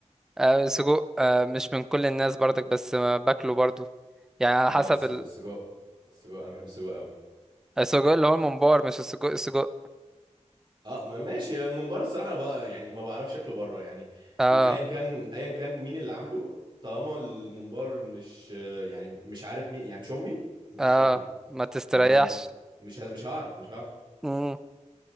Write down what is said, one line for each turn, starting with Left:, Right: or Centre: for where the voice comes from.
Centre: آه، سجق آه، مش من كل الناس برضك بس آه، باكله برضو يعني على
Right: اه
Centre: حسب
Right: الس-
Centre: ال-
Right: السجق السجق انا بحب السجق قوي
Centre: السجق اللي هو الممبار مش السجق السجق
Right: اه ما- ماشي يعني الممبار الصراحه انا بقى يعني ما بعرفش شكله بره يعني
Centre: اه
Right: ال- ايا كان ايا كان مين اللي عامله طالما الممبار مش آه، يعني مش عارف مين يعني مش امي مش
Centre: اه
Right: شكله
Centre: ما تستريحش
Right: بامان مش ه- مش هعرف مش هعرف
Centre: مم.